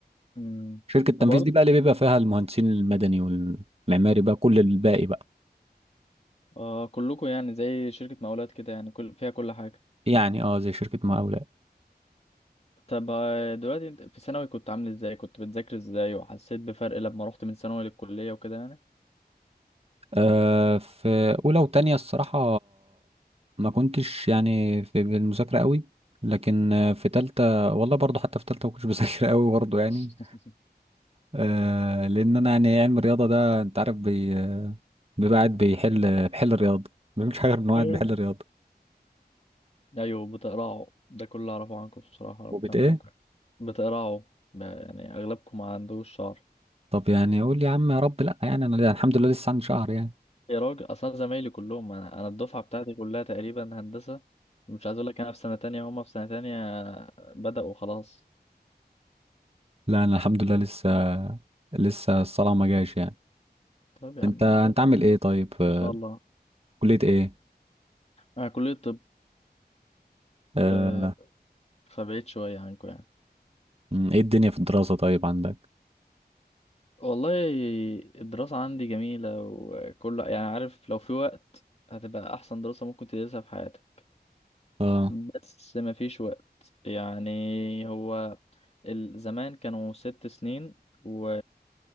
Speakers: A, on the left; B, on the right.
A: مم.
B: شركة التنفيذ
A: طب اقول
B: دي بقى اللي بيبقى فيها المهندسين المدني والمعماري بقى كل الباقي بقى
A: آه كلكم يعني زي شركة مقاولات كده يعني كل فيها كل حاجة
B: يعني اه زي شركة مقاولة
A: طب آه، دلوقتي انت في ثانوي كنت عامل ازاي كنت بتذاكر ازاي وحسيت بفرق لما رحت من ثانوي للكلية وكده يعني
B: آه، في اولى وتانية الصراحه ما كنتش يعني في بالمذاكره قوي لكن آه، في تالتة والله برضو حتى في تالتة ما كنتش <laughs> بذاكر قوي برضو يعني
A: <laughs>
B: آه لان انا يعني علم الرياضه ده انت عارف بي بيبقى قاعد بيحل بيحل الرياضه ما بيعملش حاجه غير انه قاعد
A: ايوه
B: بيحل الرياضه
A: ايوه بتقرعوا ده كله اعرفه عنكم بصراحة ربنا
B: وبت
A: معاكم
B: ايه
A: بتقرعوا ب- يعني اغلبكم ما عندوش شعر
B: طب يعني اقول يا عم يا رب لا يعني انا الحمد لله لسه عندي شهر يعني
A: يا راجل اصلا زمايلي كلهم انا انا الدفعة بتاعتي كلها تقريبا هندسة مش عايز اقول لك انا في سنة تانية هما في سنة تانية بدأوا خلاص
B: لا انا الحمد لله لسه لسه الصلاه ما جاش يعني
A: طب يا
B: انت
A: عم
B: انت
A: انت
B: عامل ايه طيب آه،
A: ما شاء الله
B: كليه ايه
A: انا كلية طب
B: آه،
A: آه، فبعيد شوية عنكم يعني
B: ايه الدنيا في الدراسه طيب عندك
A: والله الدراسة عندي جميلة وكل يعني عارف لو في وقت هتبقى أحسن دراسة ممكن تدرسها في حياتك
B: اه
A: بس مفيش وقت يعني هو ال- زمان كانوا ست سنين و...